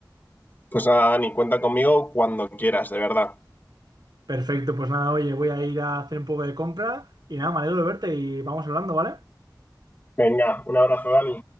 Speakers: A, on the left; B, on the right.
A: Pues nada, Dani, cuenta conmigo cuando quieras, de verdad.
B: Perfecto, pues nada, oye, voy a ir a hacer un poco de compra y nada, me alegro de verte y vamos hablando, ¿vale?
A: Venga, un abrazo, Dani.